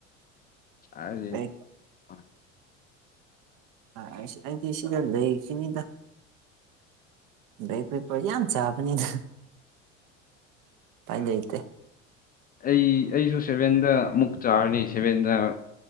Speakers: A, on the left (about 25°); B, on the right (about 55°).
A: ꯍ ꯁꯥ
B: ꯕꯦꯛ ꯑꯩꯗꯤ ꯁꯤꯗ ꯂꯩꯈꯤꯅꯤꯗ ꯕꯦꯛ ꯄꯦꯄꯔ ꯌꯥ ꯌꯥꯝ ꯆꯕꯗ ꯇꯥꯏꯖꯇ
A: ꯑꯩ ꯑꯩꯁꯨ ꯁꯦꯚꯦꯟꯗ ꯑꯃꯨꯛ ꯆꯥꯔꯅꯤ ꯁꯦꯚꯦꯟꯗ